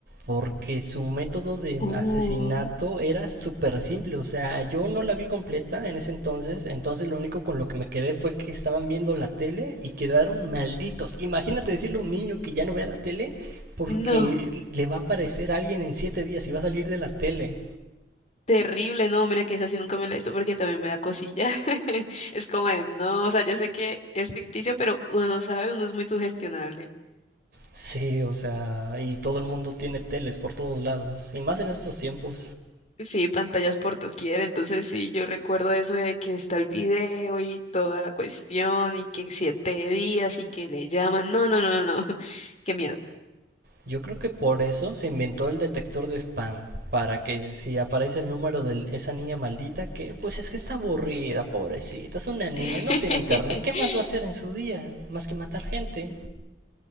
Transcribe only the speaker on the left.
Uh,
no.
Terrible, no, mira que esa sí nunca me la hizo porque también me da cosilla. <laughs> Es como de, no, o sea, yo sé que es ficticio, pero uno no sabe, uno es muy sugestionable.
Sí, pantallas por doquier, entonces sí, yo recuerdo eso de que está el video y toda la cuestión y que siete días y que le llaman. No, no, no, no, no, <laughs> qué miedo.
<laughs>